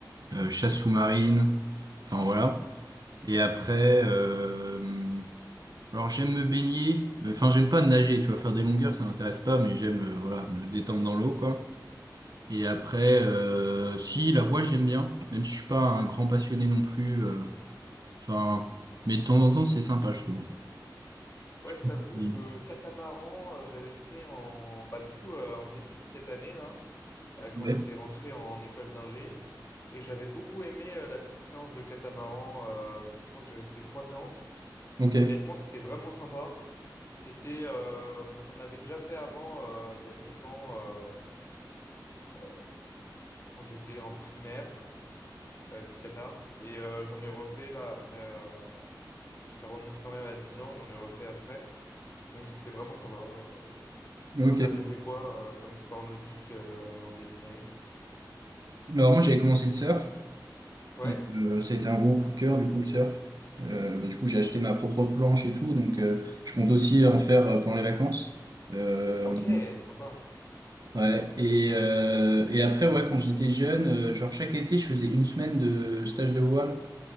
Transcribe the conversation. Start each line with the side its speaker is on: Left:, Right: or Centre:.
Right: euh, chasse sous-marine, enfin voilà. Et après, euh, alors j'aime me baigner, enfin j'aime pas nager, tu vois, faire des longueurs, ça m'intéresse pas, mais j'aime euh, voilà me détendre dans l'eau quoi. Et après, euh, si la voile j'aime bien, même si je suis pas un grand passionné non plus. euh, Enfin, mais de temps en temps, c'est sympa, je trouve.
Left: Ouais,
Right: Je
Left: je
Right: pense
Left: t'avoue
Right: qu'il-
Left: que catamaran, euh, j'avais fait en bah du coup euh, en début de cette année là, euh, quand
Right: Ouais.
Left: j'étais rentré en école d'ingé, et j'avais beaucoup aimé euh, la petite séance de catamaran. euh, donc je crois que j'avais fait trois séances.
Right: Ok,
Left: Honnêtement, c'était vraiment sympa. C'était, euh, j'en avais déjà fait avant euh, il y a longtemps euh, euh, quand j'étais en primaire euh, du kata, et euh, j'en ai refait là après. euh, donc ça remonte quand même à 10 ans, j'en ai refait après, et donc c'était vraiment sympa. euh.
Right: ok.
Left: Toi, t'avais fait quoi euh, comme sport nautique euh, en début d'année?
Right: Alors moi j'avais commencé le surf
Left: Ouais,
Right: et euh, ça a été un gros coup de cœur du coup le surf. Euh, bah, du coup j'ai acheté ma propre planche et tout, donc euh, je compte aussi en faire euh, pendant les vacances. Euh,
Left: ok,
Right: en-
Left: sympa.
Right: ouais. Et, euh, et après ouais quand j'étais jeune, euh, genre chaque été je faisais une semaine de stage de voile.